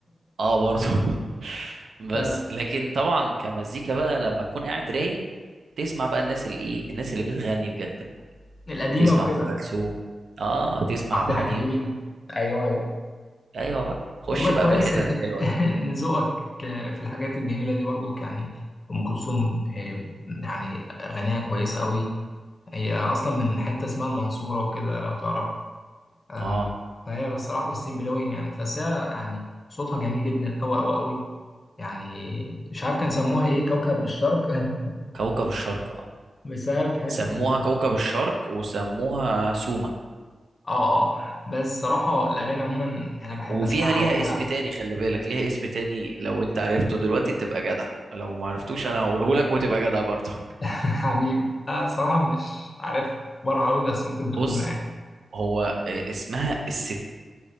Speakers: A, on the right; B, on the left.
A: اه برضه <laughs> بس
B: <laughs> ف...
A: لكن طبعا كمزيكا بقى لما تكون قاعد رايق تسمع بقى الناس اللي ايه الناس اللي بتغني بجد بقى
B: القديمة
A: تسمع
B: وكده
A: ام كلثوم اه تسمع
B: عبد
A: عبد الحليم
B: الحليم أيوه أيوه.
A: ايوه بقى خش
B: والله كويس
A: بقى بالحتت
B: ان
A: الحلوه
B: <laughs> ان ذوقك في الحاجات الجميله دي برضو يعني ام كلثوم آه، يعني اغانيها كويسه قوي هي اصلا من حته اسمها المنصوره وكده لو تعرف آه،
A: اه
B: فهي بصراحه والسنبلاوين يعني بس هي يعني صوتها جميل جدا قوي قوي قوي يعني مش عارف كان سموها ايه كوكب الشرق <laughs>
A: كوكب الشرق اه
B: بسبب حته
A: سموها
B: ال...
A: كوكب الشرق وسموها سوما
B: اه اه بس صراحه الاغاني عموما انا بحب
A: وفيها
B: اسمعها
A: ليها
B: وانا
A: اسم تاني خلي بالك ليها اسم تاني لو انت عرفته دلوقتي تبقى جدع لو ما عرفتوش انا هقوله لك وتبقى جدع برضه
B: <laughs> حبيب لا صراحه مش عارف اخبارها قوي بس
A: <laughs>
B: ممكن تقوله
A: بص
B: يعني
A: هو آه، اسمها الست